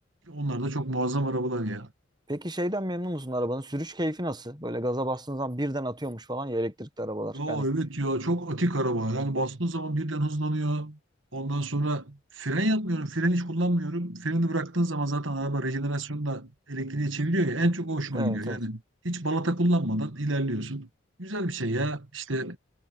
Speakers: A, on the right; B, on the right.
A: onlar da çok muazzam arabalar ya.
B: Peki şeyden memnun musun arabanın? Sürüş keyfi nasıl? Böyle gaza bastığın zaman birden atıyormuş falan ya elektrikli arabalar.
A: Ya
B: Yani
A: evet ya çok atik araba. Yani bastığın zaman birden hızlanıyor. Ondan sonra fren yapmıyorum. Fren hiç kullanmıyorum. Freni bıraktığın zaman zaten araba rejenerasyonu da elektriğe çeviriyor ya. En çok o hoşuma
B: evet
A: gidiyor. Yani
B: evet.
A: hiç balata kullanmadan ilerliyorsun. Güzel bir şey ya. İşte